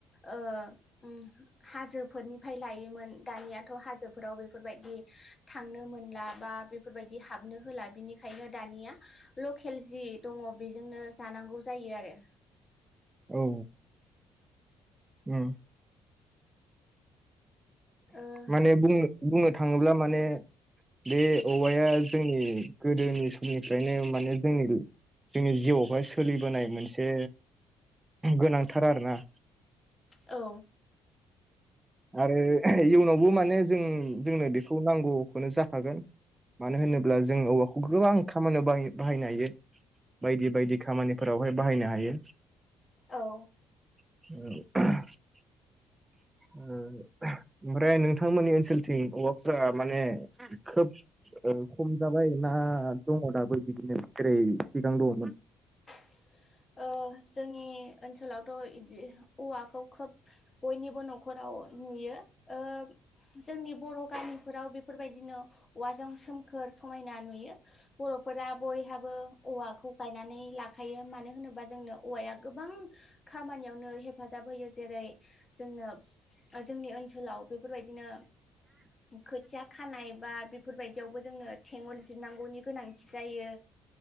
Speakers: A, on the left (about 30°); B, on the right (about 20°).
A: ओ ओम हाजोफोरनिफ्राय लायोमोन दानियाथ' हाजोफोराव बेफोरबायदि दि थांनो मोनला बा बेफोरबायदि हाबनो होला बिनिखायनो दानिया लकेल जि दङ बेजोंनो जानांगौ जायो आरो
B: औ उम
A: ओ
B: माने बुंनो -बुंनो थाङोब्ला माने बे औवाया जोंनि गोदोनि समनिफ्रायनो माने जोंनि जोंनि जिउआवहाय सोलिबोनाय मोनसे गोनांथार आरोना
A: औ
B: आरो इयुनावबो माने जों -जोंनो बेखौ नांगौखौनो जाखागोन मानो होनोब्ला जों औवाखौ गोबां खामानियाव बाहाय - बाहायनो हायो बायदि बायदि खामानिफोरावहाय बाहायनो हायो
A: औ
B: <unintelligible> ओ ओमफ्राय नोंथांमोननि ओनसोलथिं औवाफ्रा माने खोब ओ खम जाबाय ना दङ' दाबो बिदिनो जेरै सिगां दङ'मोन
A: <unintelligible> ओ जोंनि ओनसोलावथ' इदि औवाखौ खोब बयनिबो न'खराव नुयो ओ जोंनि बर' गामिफोराव बे फोरबायदिनो औवाजों सोमखोर समायना नुयो बर'फोरा बयहाबो औवाखौ गायनानै लाखायो मानो होनो बा जोंनो औवाया गोबां खामानियावनो हेफाजाब होयो जेरै जोंनो ओ जोंनि ओनसोलाव बेफोरबायदिनो खोथिया खानाय बा बेफोरबायदियावबो जोंनो थेङ'ल जिरनांगौनि गोनांथि जायो